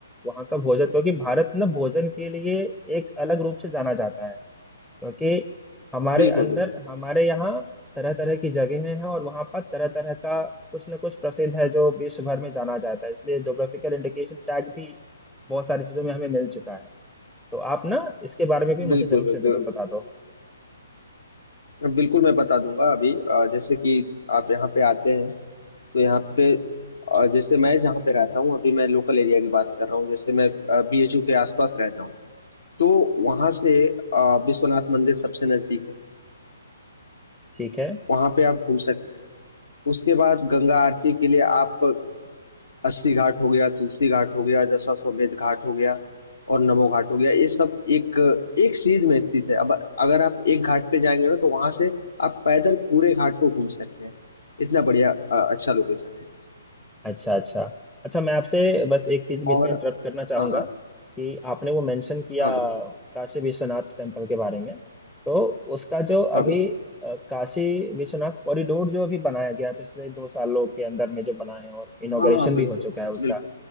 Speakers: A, in the centre; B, on the left.
A: वहाँ का भोजन क्योंकि भारत ना भोजन के लिए एक अलग रूप से जाना जाता है क्योंकि हमारे
B: बिल्कुल
A: अंदर
B: बिल्कुल
A: हमारे यहाँ तरह तरह की जगहें हैं और वहाँ पर तरह तरह का कुछ न कुछ प्रसिद्ध है जो विश्व भर में जाना जाता है इसलिए ज्योग्राफिकल इंडिकेशन टैग भी बहुत सारी चीजों में हमें मिल चुका है तो आप ना इसके बारे में भी मुझे
B: बिल्कुल
A: जरूर
B: बिल्कुल
A: से जरूर बता दो
B: बिल्कुल मैं बता दूंगा अभी अ, जैसे कि आप यहाँ पे आते हैं तो यहाँ पे अ, जैसे मैं जहाँ पे रहता हूँ अभी मैं लोकल एरिया की बात कर रहा हूँ जैसे मैं बीएचयू के आसपास रहता हूँ तो वहां से अ, विश्वनाथ मंदिर सबसे नजदीक है
A: ठीक है
B: वहाँ पे आप घूम सकते हैं। उसके बाद गंगा आरती के लिए आप अस्सी घाट हो गया, तुलसी घाट हो गया, दशाश्वमेध घाट हो गया और नमो घाट हो गया। ये सब एक एक सीध में स्थित है। अब अगर आप एक घाट पे जाएंगे ना तो वहां से आप पैदल पूरे घाट को घूम सकते हैं। इतना बढ़िया अ, अच्छा लोकेशन है यहाँ से।
A: अच्छा अच्छा अच्छा मैं आपसे बस एक चीज बीच
B: और
A: में इंटरप्ट करना चाहूंगा
B: हाँ हाँ
A: कि आपने वो मेंशन किया
B: हाँ बिल्कुल
A: काशी विश्वनाथ टेम्पल के बारे में तो उसका जो
B: हाँ
A: अभी
B: बिल्कुल
A: अ, काशी विश्वनाथ कॉरिडोर जो अभी बनाया गया है, पिछले दो सालों के अंदर में जो बना है और इनॉग्रेशन
B: हाँ हाँ बिल्कुल
A: भी हो चुका है उसका
B: बिल्कुल